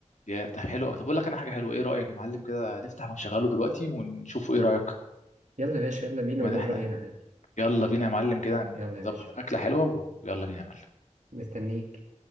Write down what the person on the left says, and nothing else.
يا ده حلو قوي طب اقول لك انا حاجة حلوة ايه رأيك يا معلم كده نفتح ونشغله دلوقتي ونشوفه ايه رأيك
ما
احنا
يلا بينا يا معلم كده
نظبط
أكلة حلوة ويلا بينا يا معلم